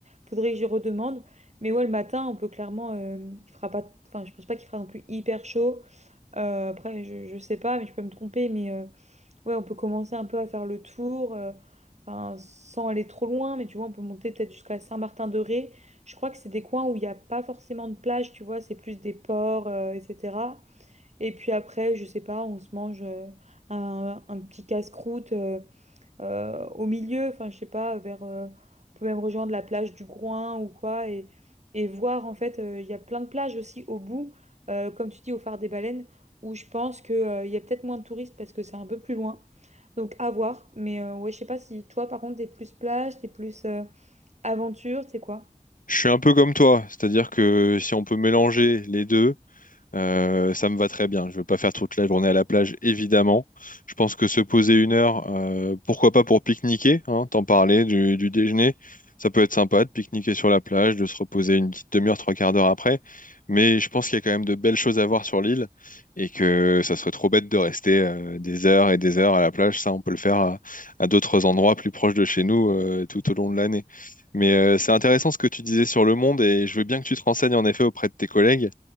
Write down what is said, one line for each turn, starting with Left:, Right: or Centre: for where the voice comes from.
Right: faudrait que j'y redemande mais ouais le matin on peut clairement euh, il fera pas enfin je pense pas qu'il fera non plus hyper chaud Euh, après je, je sais pas mais je peux me tromper mais euh, Ouais, on peut commencer un peu à faire le tour, euh, enfin, sans aller trop loin, mais tu vois, on peut monter peut-être jusqu'à Saint-Martin-de-Ré. Je crois que c'est des coins où il n'y a pas forcément de plage, tu vois, c'est plus des ports, euh, etc. Et puis après, je sais pas, on se mange euh, un, un petit casse-croûte. euh, euh, au milieu, enfin je sais pas, vers, euh, on peut même rejoindre la plage du Groin ou quoi, et, et voir en fait, euh, il y a plein de plages aussi au bout, euh, comme tu dis, au phare des baleines, où je pense que, euh, il y a peut-être moins de touristes parce que c'est un peu plus loin. Donc à voir, mais euh, ouais, je sais pas si toi par contre t'es plus plage, t'es plus euh, aventure, t'es quoi?
Left: Je suis un peu comme toi, c'est-à-dire que si on peut mélanger les deux, euh, ça me va très bien. Je veux pas faire toute la journée à la plage, évidemment. Je pense que se poser une heure, euh, pourquoi pas pour pique-niquer, hein, t'en parlais du, du déjeuner. Ça peut être sympa de pique-niquer sur la plage, de se reposer une petite demi-heure, trois quarts d'heure après. Mais je pense qu'il y a quand même de belles choses à voir sur l'île et que ça serait trop bête de rester euh, des heures et des heures à la plage. Ça, on peut le faire à, à d'autres endroits plus proches de chez nous euh, tout au long de l'année. Mais euh, c'est intéressant ce que tu disais sur le monde et je veux bien que tu te renseignes en effet auprès de tes collègues